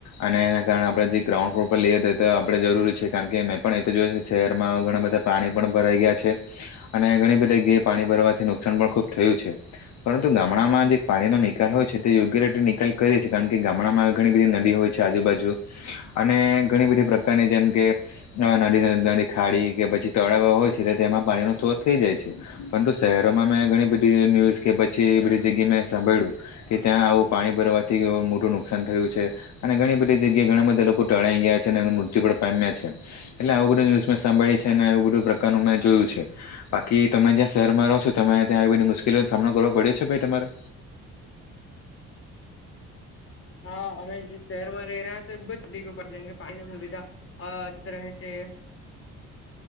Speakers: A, on the left; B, on the left.
A: અને એના કારણે આપણે જે ગ્રાઉન્ડ ફ્લોર પર લઈએ તો તો આપણે જરૂરી છે કારણ કે મેં પણ એ તો જોય શહેરમાં ઘણા બધા પાણી પણ ભરાઈ ગયા છે, અને ઘણી બધી જગ્યાએ પાણી ભરવાથી નુકસાન પણ ખુબ થયું છે. પરંતુ ગામડામાં જે પાણીનોો નિકાલ હોય છે તે યોગ્ય રીતે નિકાલ કરીએી કારણ કે ગામડામાં ઘણી બધી નદી હોય. છે આજુબાજુ, અને ઘણી બધી પ્રકારની જેમ કે નદી ન ખાડી કે પછી તળાવ હોય છે તેમાં પાણીનો સ્ત્રોત થઈ જાય છે. પરંતુ શહેરોમાં મેં ઘણી બધી ન્યુઝ કે પછી બધી જગ્યા મેં સાંભળ્યું. કે ત્યાં આવું પાણી ભરવાથી મોટું નુકસાન થયું છે. અને ઘણી બધી જગ્યા ઘણા બધા લોકો ટળાઈ ગયા છે અને એ મૃત્યુ પણ પામ્યા છે. એટલે આવું બધું ન્યુઝ મેં સાંભળી છે ને એવું બધું પ્રકારનું મેં જોયું છે. બાકી તમે જ્યાં શહેરમાં રહો છો તમે ત્યાં એ બધી મુશ્કેલીઓ નનો સામનો કરવો પડ્યો છે ભાઈ તમારે?
B: હા અમે જે શહેરમાં રહે્યા હતા તો એ બ જ પડ જેમ કે પાણીની સુવિધા. હ જ રહે છે.